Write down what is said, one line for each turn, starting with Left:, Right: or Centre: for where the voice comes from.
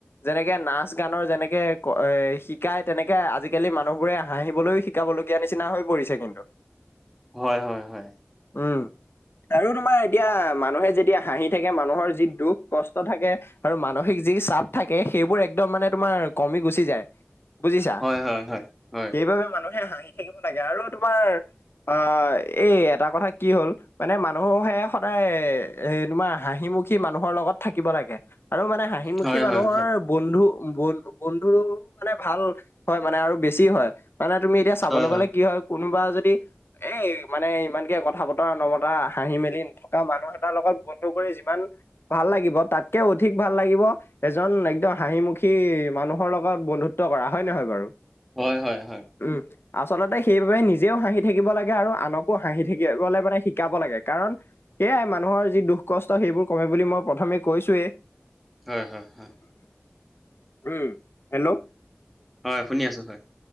Left: যেনেকে নাচ গানৰ যেনেকে এ শিকাই তেনেকে আজি আজিকালি মানুহবোৰে হাঁহিবলৈও শিকাবলগীয়া নিচিনা হৈ পৰিছে কিন্তু
Centre: হয় হয় হয়।
Left: উম আৰু তোমাৰ এতিয়া মানুহে যেতিয়া হাঁহি থাকে মানুহৰ যি দুখ কষ্ট থাকে আৰু মানসিক যি যি চাপ থাকে সেইবোৰ একদম মানে তোমাৰ কমি গুচি যায়। বুজিছা,
Centre: হয় হয় হয় হয়
Left: সেইবাবে মানুহে হাঁহি - হাহিঁৰ থাকিব লাগে আৰু তোমাৰ অঁহ এই এটা কথা কি হ'ল মানে মানুহহে সদায় এ তোমাৰ হাঁহিমুখী মানুহৰ লগত কত থাকিব লগত থাকিব লাগে আৰু মানে হাঁহিমুখি
Centre: হয়
Left: মানুহৰ
Centre: হয় হয়
Left: বন্ধু- ব বন্ধু মানে ভাল হয় মানে আৰু বেছি হয়। মানে তুমি এতিয়া
Centre: হয়
Left: চাবলৈ গলে কি হয়, কোনোবা যদি এ মানে ইমানকে কথা বতৰা নমতা, হাঁহি মেলি নথকা মানুহ এটাৰ লগত বন্ধু কৰি যিমান ভাল- ভাল লাগিব তাতকেও অধিক ভাল লাগিব এজন একদম হাঁহিমুখী মানুহৰ লগত বন্ধুত্ব কৰা। হয় নহয় বাৰু?
Centre: হয়, হয়, হয়।
Left: উম, আচলতে সেইবাবে নিজেও হাঁহি থাকিব লাগে আৰু আনক- আকৌ হাঁহি থাকিবলৈ মানে শিকাব লাগে কাৰণ, সেয়াই মানুহৰ যি দুখ কষ্ট সেইবোৰ কমে বুলি মই প্ৰথম আমি কৈছো এ
Centre: হয় হয় হয়
Left: উম হেল্ল'-
Centre: হয়, শুনি আছো হয়।